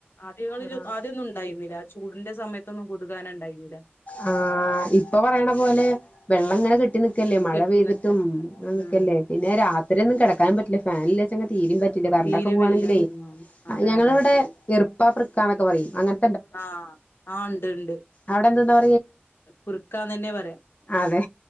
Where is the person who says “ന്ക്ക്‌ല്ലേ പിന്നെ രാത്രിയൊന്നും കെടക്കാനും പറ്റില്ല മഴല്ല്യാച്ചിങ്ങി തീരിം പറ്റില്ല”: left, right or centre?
Left